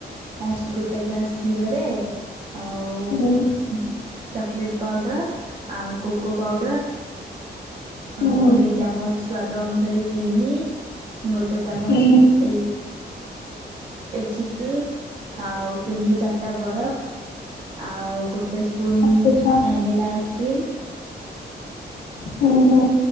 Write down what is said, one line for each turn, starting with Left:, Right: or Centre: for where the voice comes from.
Right: ଫାଷ୍ଟ ଗୋଟେ ଗ୍ଲାସ କ୍ଷୀରରେ ଆଉ
Left: ହୁଁ
Right: ଚକଲେଟ ପାଉଡର ଆଉ କୋକୋ ପାଉଡର
Left: ହୁଁ
Right: ହ ଦି ଚାମଚ ସ୍ଵାଦ ଅନୁସାରେ ଚିନି ଗୋଟେ ଚାମଚ
Left: ହୁଁ
Right: ଏ ଇ ଏଇ ଛିକେ ଆଉ ତିନିରୁ ଚାରିଟା ବରଫ ଆଉ ଗୋଟେ ସ୍ପୁ ସ୍ପୂନ୍
Left: ଆଚ୍ଛା ଆଚ୍ଛା
Right: ଭାନିିଲ ଆଇସ୍କ୍ରିମ୍
Left: ହୁଁ ହୁଁ।